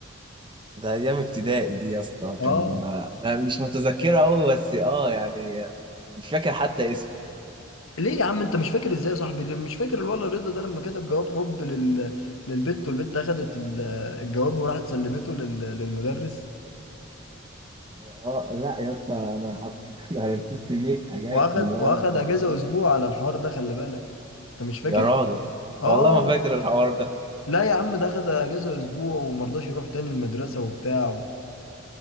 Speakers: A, on the right (about 25°); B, on the left (about 75°).
A: ده أيام ابتدائي دي يا اسطى
B: اه
A: كان ما... ما- مش متذكرة أوي بس أه يعني مش فاكر حتى اسمه
B: ليه يا عم انت مش فاكر ازاي يا صاحبي مش فاكر الولا رضا ده لما كتب جواب حب لل... للبت والبت اخدت ال- الجواب وراحت سلمته لل... للمدرس
A: اه لا يا اسطى انا حطيت <laughs> انا نسيت كميه حاجات
B: واخد
A: من وانا
B: واخد
A: في
B: اجازة
A: المدرسه
B: اسبوع على الحوار ده خلي بالك انت مش فاكر
A: يا راجل
B: اه
A: والله ما فاكر الحوار ده
B: لا يا عم ده اخد اجازة اسبوع ومرضاش يروح تاني المدرسة وبتاع